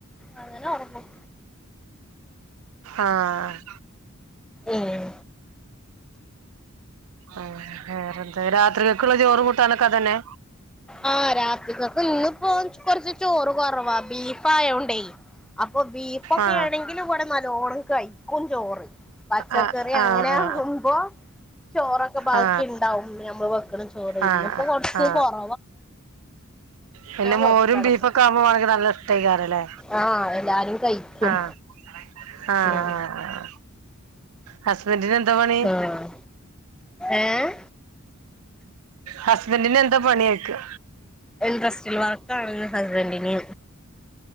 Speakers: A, in the centre; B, on the right.
A: അങ്ങനെ ഒറങ്ങും
B: ആഹ്
A: ഉം
B: ഉമ് ആഹ് രാത്രിക്കെ ക്കുള്ള ചോറ് കൂട്ടാനൊക്കെതന്നെ.
A: ആഹ് രാത്രിക്കക്ക് ഇന്ന് പോ കൊറച്ച് ചോറ് കുറവാ ബീഫ് ആയോണ്ടെ അപ്പൊ ബീഫൊക്കെ
B: ആ
A: ആണെങ്കിലും ഇവിടെ നല്ലോണ്ണം കഴിക്കും ചോറ്. പച്ചക്കറി
B: ആ ആ
A: അങ്ങനെ
B: ആ
A: ആകുമ്പോ. ചോറൊക്കെ ബാക്കി
B: ആ
A: ഇണ്ടാവും നമ്മള് വെക്ക്ണ ചോറ്
B: ആ
A: ഇന്ന്
B: ആ
A: ഇപ്പൊ കൊറച്ച്
B: ആ
A: കൊറ
B: പിന്നെ മോരും
A: വെക്കണം
B: ബീഫൊക്കെ ആവുമ്പോ വാണങ്കി നല്ല ഇഷ്ടേക്കാരും ലെ.
A: ആ എല്ലാരും കഴിക്കും
B: ആഹ് ആഹ്
A: ഉം
B: ആഹ് ഹസ്ബന്റിനെന്താ പണി?
A: ആഹ് ഏഹ്
B: ഹസ്ബന്റിന് എന്താ പണി ചോയിക്കാ?
A: ഇൻട്രസ്റ്റൽ വർക്കാണ് ഹസ്ബന്റിന്